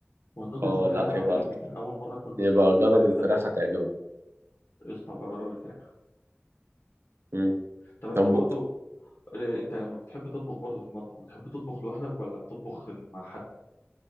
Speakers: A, on the left (about 60°); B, on the right (about 65°).
A: والنودلز
B: اه
A: بتاعتهم
B: لا يبقى
A: عجبتني كان اول مره اكل
B: يبقى
A: نودلز بالشكل
B: جرب الفراخ
A: ده
B: هتعجبك
A: قشطه ابقى اجرب الفراخ
B: مم.
A: طب انت
B: طب
A: برضو آه، انت لما بتحب تطبخ برضو في المطبخ بتحب تطبخ لوحدك ولا بتطبخ مع حد